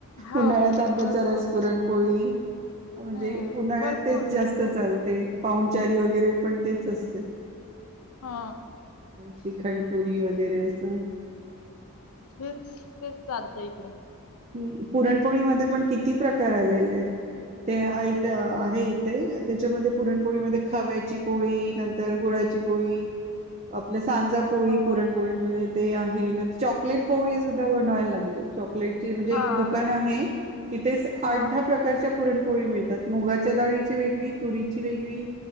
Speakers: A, on the left (about 75°); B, on the right (about 30°).
A: हो,
B: उन्हाळ्यात आंब्याचा
A: भरपूर
B: रस पुरणपोळी म्हणजे
A: हं.
B: उन्हाळ्यात
A: भरपूर
B: तेच जास्त
A: खूप
B: चालते, पाऊंचारी वगैरे पण तेच असते.
A: हा.
B: श्रीखंडपुरी वगैरे अस
A: हेच तेच चालतं इकडे.
B: हम्म पुरणपोळीमध्ये पण किती प्रकार आलेले ते एक आहे इथे त्याच्यामध्ये पुरणपोळीमध्ये खव्याची पोळी नंतर गुळा ची पोळी, आपल्या सांजा पोळी
A: हो.
B: पुरणपोळीमध्ये ते आहे नंतर चॉकलेट पोळी सुद्धा बनवायला लागले चॉकलेट चे म्हणजे
A: हां
B: एक दुकान
A: ना?
B: आहे तिथेच आठ
A: हां,
B: दहा प्रकारच्या पुरण पोळी मिळतात. मुगाच्या डाळीची वेगळी, तुरीची वेगळी,